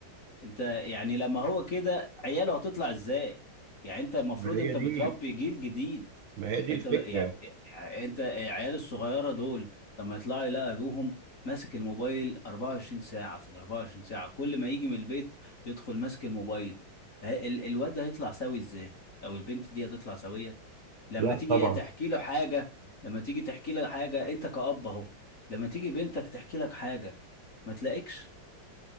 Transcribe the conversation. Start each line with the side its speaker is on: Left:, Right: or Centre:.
Left: انت يعني لما هو كده عياله هتطلع ازاي يعني انت المفروض
Right: ما هي
Left: انت
Right: دي
Left: بتربي جيل جديد
Right: ما هي دي
Left: انت
Right: الفكرة
Left: ب- يعني يعني انت العيال الصغيرة دول لما يطلعوا يلاقي ابوهم ماسك الموبايل 24 ساعة في ال 24 ساعة كل ما يجي من البيت يدخل ماسك الموبايل ه- ال- الواد ده هيطلع سوي ازاي او البنت دي هتطلع سوية لما
Right: لا
Left: تيجي
Right: طبعا
Left: هي تحكي له حاجة لما تيجي تحكي له حاجة انت كأب اهو لما تيجي بنتك تحكي لك حاجة ما تلاقيكش